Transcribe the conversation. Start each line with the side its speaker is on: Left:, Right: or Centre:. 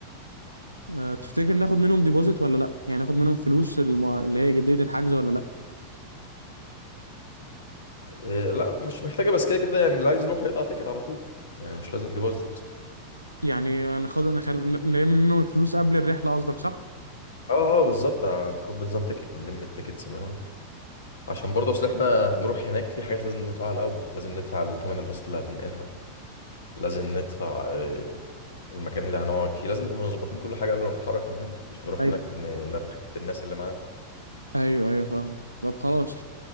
Right: أه تفتكر ناخد منهم ديبوزيت ولا لا يعني ناخد منهم فلوس الم... اللي هي جدية الحجز ولا لا
Left: إيه لا مش محتاجه بس كده كده يعني اللي عايز يروح هيقطع تيكت على طول يعني مش لازم ديبوزيت
Right: يعني ناخد نخل... نلم منهم الفلوس قبل الرحلة قصدك صح
Left: اه اه بالظبط آه، هتكون بنظام تيكت نلم التيكتس منهم عشان برضه اصل احنا هنروح هناك في حاجات لازم ندفعها الاول لازم ندفع ثمن الباصات اللي هتنقلنا لازم ندفع آه، المكان اللي هنقعد فيه لازم نكون مظبطين كل حاجه قبل ما نتحرك من هنا مش هنروح
Right: أيوة.
Left: هناك ن- نرتجل بالناس اللي معانا
Right: ايوه ايوه فاهمك طب خلاص